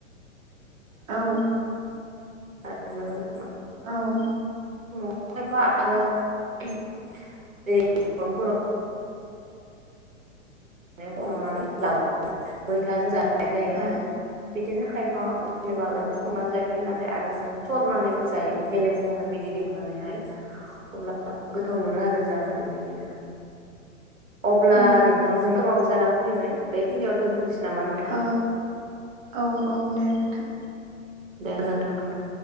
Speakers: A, on the right; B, on the right.
A: औ
B: आरो
A: औ
B: फ खायफा आरो जेरैांफोराव हन'नानै लाबो मैथाजों रानाय जायो
A: औ
B: आरो बिदिनो खायफा जेनेबा ओरैनो संनानै जायो नाथाय आरो जों सरनानैबो जायो मेलेमखौहाय बिदि सनानैहाय अब्ला गोथाव मोनो आरो जानानै बिदिनो अब्ला
A: औ
B: नोंथांजोंनो माबो जाना फैबाय बेखिनियावनो दोनथ'नोसै नामा नोंथां
A: औ औ औ दे नोंथां
B: दे गोजोन्थों नोंथां